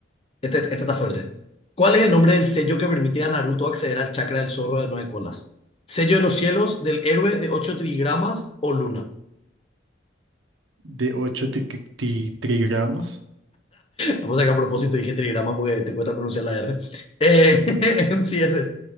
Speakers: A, on the left; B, on the right.
A: este, este está fuerte. ¿Cuál es el nombre del sello que permite a Naruto acceder al chakra del zorro de nueve colas? ¿Sello de los cielos, del héroe de ocho trigramas o luna?
B: De ocho tri tri- trigramas.
A: Vamos a sacar a propósito dije trigrama porque te cuesta pronunciar la R. Eh, <laughs> en CSS.